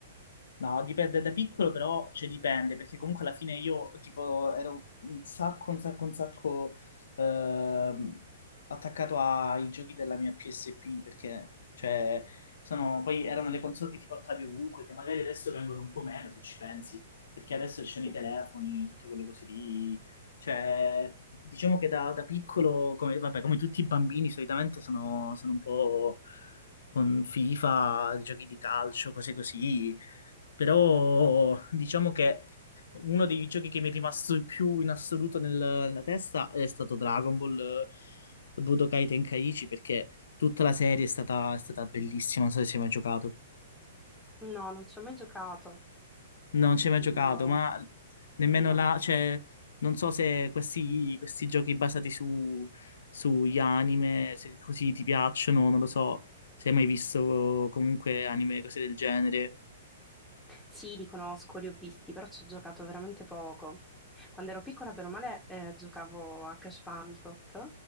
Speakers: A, on the left (about 80°); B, in the centre.
A: No, dipende da piccolo, però cioè, dipende, perché comunque alla fine io tipo ero un sacco, un sacco, un sacco ehm, attaccato ai giochi della mia PSP, perché cioè, sono, poi erano le console che ti portavi ovunque, che magari adesso vengono un po' meno se ci pensi, perché adesso ci sono
B: Sì.
A: i telefoni, tutte quelle cose lì. Cioè, diciamo che da, da piccolo, come, vabbè, come tutti i bambini, solitamente sono sono un po' con FIFA, giochi di calcio, cose così. Però diciamo che uno dei giochi che mi è rimasto più in assoluto nel- nella testa è stato Dragon Ball eh, Budokai Tenkaichi perché tutta la serie è stata, è stata bellissima, non so se ci hai mai giocato.
B: No, non ci ho mai giocato.
A: Non ci hai mai
B: No,
A: giocato, ma nemmeno
B: no.
A: là, cioè, non so se questi, questi giochi basati su, sugli anime, se così ti piacciono, non lo so, se hai mai visto comunque anime, cose del genere.
B: Sì, li conosco, li ho visti, però ci ho giocato veramente poco. Quando ero piccola, bene o male, eh, giocavo a Crash Bandicoot,